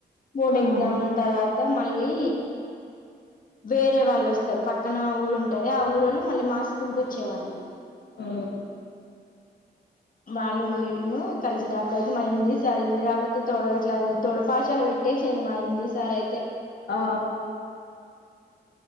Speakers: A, on the left (about 55°); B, on the left (about 75°).
A: బోర్డు
B: ఉమ్,
A: ఎగ్జామ్ తర్వాత మళ్ళీ వేరే వాళ్ళు వస్తారు పక్క పక్కన ఊరు ఉంటది ఆ ఊరుళ్ళు మళ్ళీ మా స్కూల్కి వచ్చేవాళ్ళు
B: ఆ
A: వాళ్లు మేము కలసిదాం అప్పుడైతే మా హిందీ సార్ హిందీ రాకపోతే తోడ ఇట్లా తొడ పాశాలు పెట్టేసేది మా హిందీ సార్ అయితే
B: ఆ